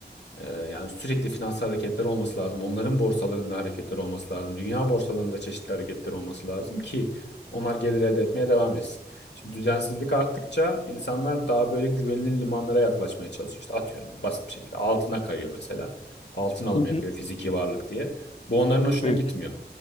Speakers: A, on the left; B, on the left.
A: Ee, yani sürekli finansal hareketler olması lazım. Onların borsalarında hareketler olması lazım. Dünya borsalarında çeşitli hareketler olması lazım ki onlar gelir elde etmeye devam etsin. Şimdi düzensizlik arttıkça insanlar daha böyle güvenilir limanlara yaklaşmaya çalışıyor. İşte atıyorum basit bir şekilde altına kayıyor mesela. Altın alımı
B: Hı hı.
A: yapıyor fiziki varlık diye. Bu onların hoşuna
B: Evet,
A: gitmiyor.